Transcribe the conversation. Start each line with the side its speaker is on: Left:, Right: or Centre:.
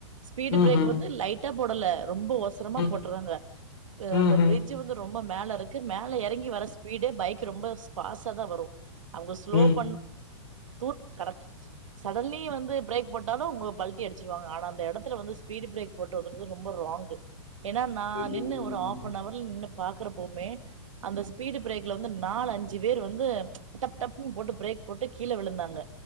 Right: ஸ்பீடு
Left: ம்
Right: பிரேக்கு
Left: ம்
Right: வந்து லைட் டா போடல ரொம்ப ஒசரமா
Left: ம்
Right: போட்ருறாங்க க
Left: ம்
Right: அந்த
Left: ம்
Right: பிரிட்ஜு வந்து ரொம்ப மேலருக்கு மேல எறங்கி வர ஸ்பீடே பைக் ரொம்ப ஃபாஸ்டாதா வரூ அவங்க ஸ்லோ
Left: ம் ம்
Right: பண் தூ கடெ சடன்லீ வந்து பிரேக் போட்டாலூ அவுங்க பல்ட்டி அடிச்ருவாங்க ஆன அந்த எடத்துல வந்து ஸ்பீடு பிரேக் போட்டதுங்கு ரொம்ப ராங்கு ஏனா நா
Left: ம்
Right: நின்னு ஒரு ஹாப் அ நவர்ல நின்னு பாக்குறப்போமே அந்த ஸ்பீடு பிரேக் க்ல வந்து நாலஞ்சு பேரு வந்து டப் டப்னு போட்டு பிரேக் போட்டு கீழ விழுந்தாங்க